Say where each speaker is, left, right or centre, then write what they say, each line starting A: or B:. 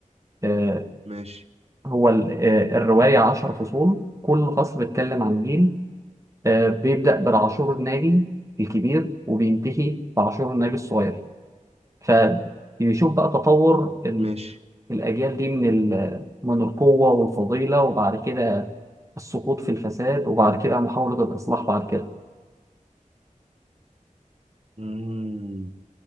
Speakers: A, on the right (about 25°); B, on the right (about 50°).
A: آه،
B: ماشي
A: هو ال- آه، الرواية عشر فصول كل فصل بيتكلم عن جيل آه، بيبدأ بالعاشور الناجي الكبير وبينتهي بعاشور الناجي الصغير فبيشوف بقى تطور ال-
B: ماشي
A: الأجيال دي من ال- من القوة والفضيلة وبعد كده السقوط في الفساد وبعد كده محاولة الإصلاح بعد كده
B: امم